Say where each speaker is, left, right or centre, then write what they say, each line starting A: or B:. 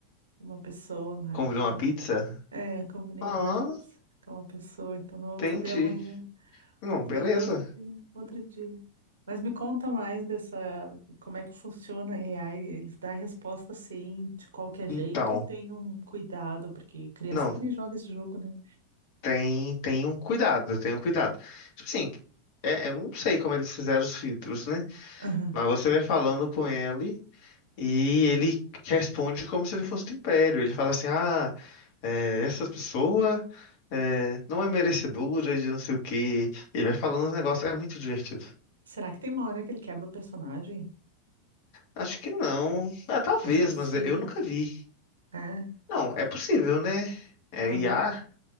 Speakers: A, on the right; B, on the left.
A: uma pessoa lá,
B: Convidou
A: então.
B: uma pizza?
A: É, combinei
B: Ah,
A: uma pizza com uma pessoa, então não vou
B: entendi.
A: poder amanhã.
B: Não, beleza.
A: Mas outro dia, outro dia. Mas me conta mais dessa, como é que funciona a AI? Eles dão a resposta assim, de qualquer jeito,
B: Então,
A: ou tem um cuidado, porque criança
B: não,
A: também joga esse jogo, né?
B: tem tem um cuidado, tem um cuidado. Tipo assim, é, eu não sei como eles fizeram os filtros, né?
A: Aham.
B: Mas você vai falando com ele e ele responde como se ele fosse do Império. Ele fala assim: "Ah, é, essa pessoa é, não é merecedora de não sei o que Ele vai falando os negócios, é muito divertido.
A: Será que tem uma hora que ele quebra o personagem?
B: Acho que não. Ah, talvez,
A: Acho impossível.
B: mas eu nunca vi.
A: É?
B: Não, é possível, né? É
A: Aham.
B: IA,